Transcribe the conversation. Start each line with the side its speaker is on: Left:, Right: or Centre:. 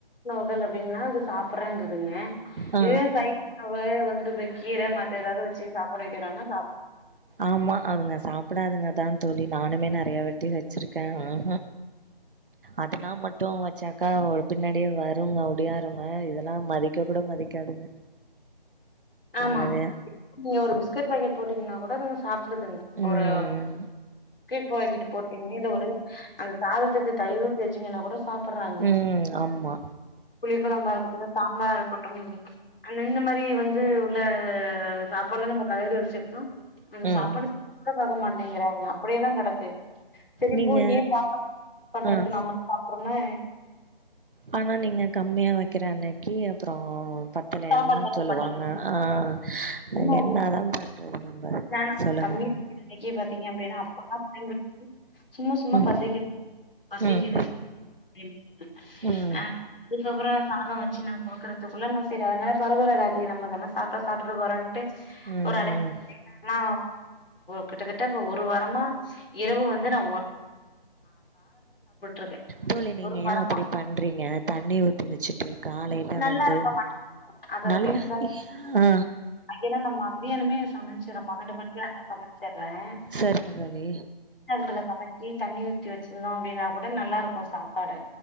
Left: முதல்ல அப்டின்னா அது சாப்பிடறாங்குது. ங்க
Right: ஆ
Left: இது சைாவ உணவு வந்து. கீர மத்த ஏதாவது வச்சு சாப்பாட வக்கிறோம்னா.
Right: ஆமா அதுங்க சாப்பிடாதுங்கதான் தோழி நானுமே நறைய வாட். ட்டி வச்சிருக்கேன் ஆஹா அதனா மட்டும் வச்சாக்கா ஒரு பின்னாடியே வருங்க ஒடியாருங்க இதெல்லாம் மதிக்க கூட மதிக்காதுங்க.
Left: ஆமாம்
Right: அது
Left: நீங்க ஒரு பிஸ்கட் பாக்கெட் போட்டீங்கன்னா. அப்பகூட அதுங்க சாப். டுதுங்க
Right: ம்
Left: ஒரு பிஸ்கட் பாக்கெட் போட்டீங்கன்னா ஒரு அந்த சாதத். துக்கு தயிர் ஊத்தி வச்சீங்கன்னா கூட. சாப்புறாங்க
Right: ம் ஆமா
Left: புளி குழம்பா இருக்கட்டும் சாம்பாரா இருக்கட்டும். இந்த மாரி வந்து. வந்து உள்ள சாப்பாடலாம் நம்ம கலறி வச்சோம்னா. அந்த
Right: ம்
Left: சாப்பாட சாப்ட கூட பாக்க மாட்டேங்கிறாங்க. அப்படியேதா கெடக்கு. சரிப்போ
Right: நீங்க
Left: ஏன் சாப்பிட பண்றதுக்கு
Right: ஆ
Left: நம்மள சாப்படுறுவோம்னு.
Right: ஆனா நீங்க கம்மியா வ. கிர அன்னைக்கி அப்பறோ. பத்தலணும்
Left: சாப்பாடு பத்த
Right: சொல்லுவாங்க
Left: மாட்டேங்குது
Right: ஆஹ
Left: உண்ம அதுதான்.
Right: என்னாதான் பண்றது நம்ம
Left: ஏன்னா நம்ம
Right: சொல்லுங்க.
Left: கம்மியா விலைக்கு பாத்தீங்க அப்டின்னா அப்பல்லாம் பிள்ளைங்களுக்கு சும்மா சும்மா
Right: ம்.
Left: பசிக்குது பசிக்குது
Right: ம்.
Left: அப்டிங்குவாங்க. <unintelligible>
Right: ம்.
Left: அதுகப்றோ சாதம் வச்சு நான் கொடுக்கறதுக்குள்ள நா. சரி அதனால பரவரல ராத்திரி நம்ம தான சாப்ட்டா சாப்பட போறோன்டு.
Right: ம்.
Left: ஒரு அழச்ச
Right: ம்.
Left: ஆனா. கிட்டத்தட்ட இப்ப ஒரு வாரமா இரவு வந்து நா. இருக்கேன்.
Right: தோழி நீங்க
Left: ஒரு வாரமா
Right: ஏன் அப்படி பண்றீங்க தண்ணி ஊத்தி வச்சுட்டு காலையில
Left: நல்லா
Right: வந்து.
Left: இருக்க மாட்டேங்குது அதாவது
Right: நல்லா
Left: இந்த
Right: ஆ
Left: ஏன்னா நம்ம மந்தியானுமே சமைச்சர பண்ணென்டு மணிக்குலா. போங்க. றேன்
Right: சரிங்க தோழி.
Left: அதுக்குள்ள சமைச்சி. தண்ணி ஊத்தி வச்சுருந்தோம் அப்படின்னா கூட நல்லாயிருக்கும் சாப்பாடு.